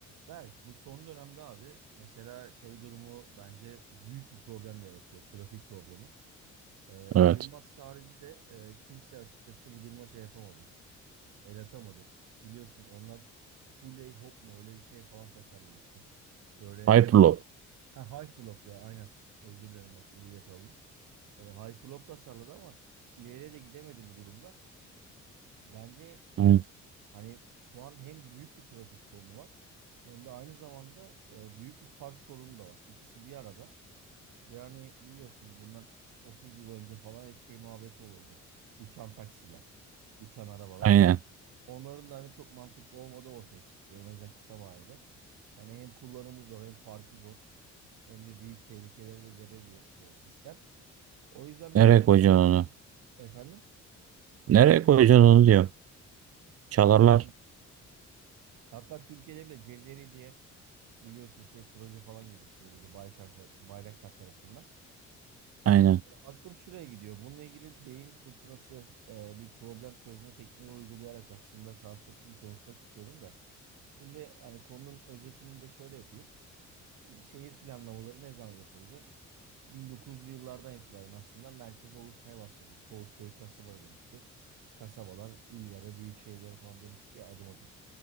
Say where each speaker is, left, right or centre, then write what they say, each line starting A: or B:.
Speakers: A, on the right; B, on the right.
A: Berk, bu son dönemde abi mesela şey durumu bence büyük bir problem yaratıyor. Trafik problemi. Ee,
B: Evet.
A: Elon Musk harici de e, kimse açıkçası bu duruma şey yapamadı. El atamadı. Biliyorsun onlar Huley Hop mu öyle bir şey falan tasarlamıştı. Böyle
B: Hyperloop.
A: ha, Hyperloop ya aynen. Özür dilerim bak iyi yakaladım. Ee, Hyperloop tasarladı ama ileriye de gidemedi bu durumda. Bence
B: Aynen.
A: Hani şu an hem büyük bir trafik sorunu var hem de aynı zamanda e, büyük bir park sorunu da var. İkisi bir arada. Ve hani biliyorsun bundan 30 yıl önce falan hep şey muhabbeti olurdu. Uçan taksiler, uçan arabalar.
B: Aynen.
A: Onların da hani çok mantıklı olmadığı ortaya çıktı en azından kısa vadede. Hani hem kullanımı zor hem parkı zor hem de büyük tehlikeleri de gebe bir e, sistem. O yüzden
B: Nereye
A: bir Elon
B: koyacaksın
A: Musk'la
B: onu?
A: bir efendim.
B: Nereye koyacaksın onu diyor. Çalarlar.
A: Yani hatta Türkiye'de bile Cezeri diye biliyorsun şey proje falan geliştirildi Baykar, Bayraktar tarafından.
B: Aynen.
A: Aklım şuraya gidiyor. Bununla ilgili bir beyin fırtınası e, bir problem çözme tekniği uygulayarak aslında karşılıklı bir konuşmak istiyorum da. Şimdi hani konunun özetini de şöyle yapayım. Şimdi şehir planlamaları ne zaman yapıldı? 1900'lü yıllardan itibaren aslında merkez oluşmaya başladı. Çoğu köy kasabaya dönüştü. Kasabalar illere, büyük şehirlere falan dönüştü ya adım adım.